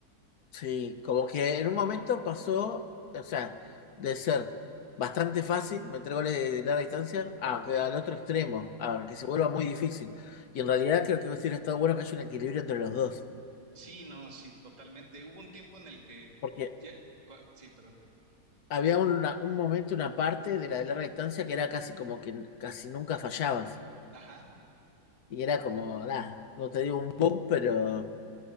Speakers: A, on the left (about 70°); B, on the right (about 25°).
A: Sí, como que en un momento pasó, o sea, de ser bastante fácil meter goles de, de larga distancia a
B: ¿sí?
A: que al otro extremo, a que se vuelva muy difícil. Y en realidad creo que hubiera estado bueno que haya un equilibrio entre los dos.
B: Sí, no, sí, totalmente. Hubo un tiempo en el que
A: porque
B: ya, cua- sí, perdón,
A: había una- un momento, una parte de la de larga distancia que era casi como que casi nunca fallabas.
B: ajá,
A: Y era como, nada, no te digo un boom, pero